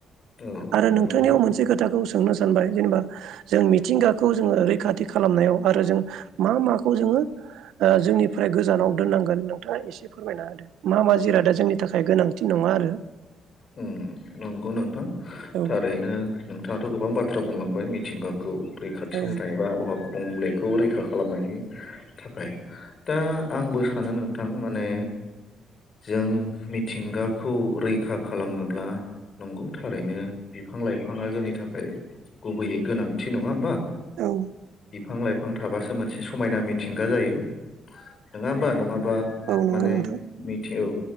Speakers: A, on the left (about 40°); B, on the right (about 85°).
A: औ
B: आरो
A: नंगौ
B: नोंथांनियाव
A: नोंथां
B: मोनसे खोथाखौ। सोंनो सानबाय जेनेबा जों मिथिंगाखौ जोङो ओरै खाथि खालामनायाव आरो जों मा माखौ जोङो ओ जोंनिफ्राय गोजानाव दोननांगोन नोंथाङा एसे फोरमायना होदो मा मा जिरादा जोंनि थाखाय गोनांथि नङा आरो।
A: ओम नंगौ नोंथां
B: औ
A: थारैनो। नोंथाङाथ' गोबां बाथ्रा बुंलांबाय मिथिंगाखौ रैखाथि
B: औ
A: होनाय बा आबहावाखौ गुबुंलेखौ रैखा खालामनायनि थाखाय दा आंबो सानो नोंथां माने जों मिथिंगाखौ रै रैखा खालामनोब्ला नंगौ थारैनो बिफां लाइफाङा जोंनि थाखै गुबैयै गोनांथि नङा होमबा।
B: औ
A: बिफां लाइफां थाबासो मोनसे समायना मिथिंगा जायो नङा होमबा नङा। बा
B: औ नंगौ
A: माने
B: नोंथां
A: मिथि ओ